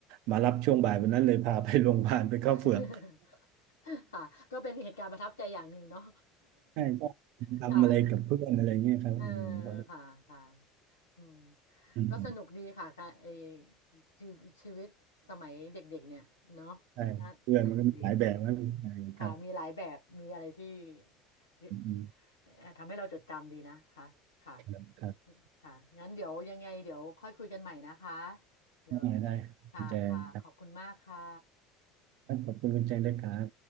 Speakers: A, on the right; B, on the left.
A: มารับช่วงบ่ายวันนั้นเลยพาไปโรงพยาบาลไปเข้าเฝือก
B: <laughs> ค่ะก็เป็นเหตุการณ์ประทับใจอย่างหนึ่งเนาะ
A: ใช่ใชอ
B: <laughs>
A: ทำอะไรกับเพื่อนอะไรเงี้ยครับอืมก็จะ
B: ค่ะเออค่ะค่ะอืม
A: อืมอืม
B: ก็สนุกดีค่ะค่ะไอชีชีวิตสมัยเด็กๆเนี่ยเนาะ
A: ใช่เพื่อนมันก็มีหลายแบบนะใช่ครับ
B: น่าสนุกดีค่ะมีหลายแบบมีอะไรที่เยอะ
A: อืมอืม
B: เอ่อทำให้เราจดจำดีนะคะค่ะ
A: ครับครับ
B: ค่ะงั้นเดี๋ยวยังไงเดี๋ยวค่อยคุยกันใหม่นะคะเดี๋ยว
A: ได้ได้คุณแจงครับ
B: ค่ะค่ะขอบคุณมากค่ะ
A: ขอบคุณคุณแจงด้วยครับ